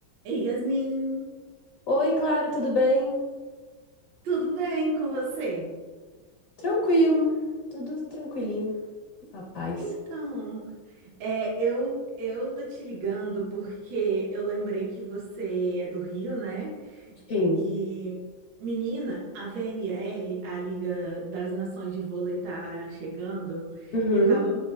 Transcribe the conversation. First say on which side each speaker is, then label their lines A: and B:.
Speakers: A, on the right (about 65°); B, on the left (about 65°).
A: Ei, Yasmin,
B: Oi, Clara, tudo bem?
A: tudo bem com você?
B: Tranquilo, tudo tranquilinho, a paz.
A: Então, é, eu eu tô te ligando porque eu lembrei que você é do Rio, né?
B: Sim.
A: E menina, a VNL, a Liga das Nações de Vôlei tá chegando
B: Uhum.
A: e eu tava